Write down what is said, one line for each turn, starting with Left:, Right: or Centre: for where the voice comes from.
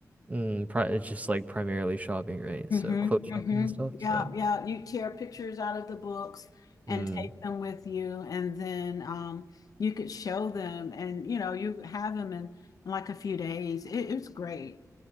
Right: Mm. Pri it's just like primarily shopping, right?
Left: Mm-hmm,
Right: So clothes shopping
Left: mm-hmm.
Right: and stuff.
Left: Yeah,
Right: So,
Left: yeah. You tear pictures out of the books and
Right: mm.
Left: take them with you, and then um, you could show them, and you know, you have them in, in like a few days. It, it's great.